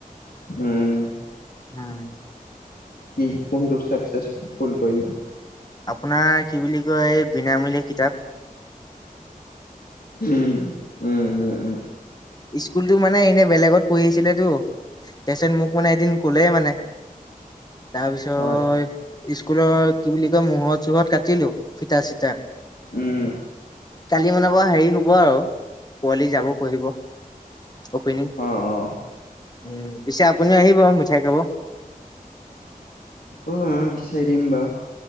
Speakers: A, on the left; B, on the left.
A: উম।
B: উম'
A: কি কোনটো চাকচেচফুল কৰিলে?
B: আপোনাৰ কি বুলি কয় এই বিনামূলীয়া কিতাপ।
A: উম উম' উম। উম
B: স্কুলতো মানে এনেই বেলেগত পঢ়ি আছিলেটো' তাৰপিছত মোক মানে এদিন কলে মানে' তাৰপিছত
A: হয়
B: স্কুলৰ কি বুলি কয় মুহৰত-চোহত কাটিলো ফিটা চিটা।
A: উম।
B: কালি মান পৰা হেৰি হব আৰু পোৱালি যাব' কৈদিব। অপেনিং,
A: অ অ
B: উম পিছে আপুনিও আহিব মিঠাই খাব।
A: উম বিচাৰি দিম বাৰু।